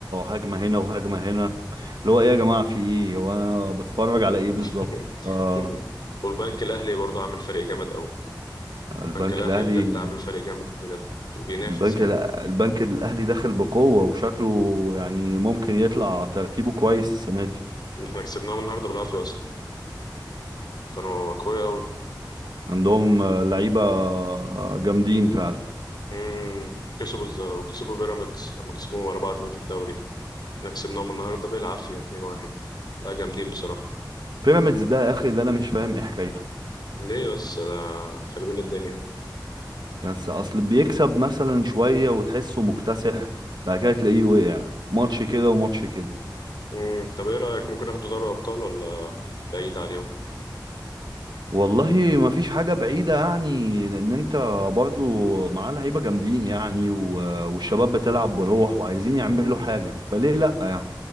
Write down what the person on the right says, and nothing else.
هجمة هنا وهجمة هنا اللي هو ايه يا جماعة في ايه وانا بتفرج على ايه بالظبط
آه
البنك
الاهلي
البنك
لا البنك الاهلي داخل بقوه وشكله يعني ممكن يطلع ترتيبه كويس السنه دي
عندهم آه، لعيبه آه، جامدين فعلا
بيراميدز ده يا اخي اللي انا مش فاهم ايه حكايته
بس اصل بيكسب مثلا شويه وتحسه مكتسح بعد كده تلاقيه وقع ماتش كده وماتش كده
والله ما فيش حاجه بعيده يعني لان انت برضو معاه لعيبه جامدين يعني و- والشباب بتلعب بروح وعايزين يعملوا
حاجه فليه لا يعني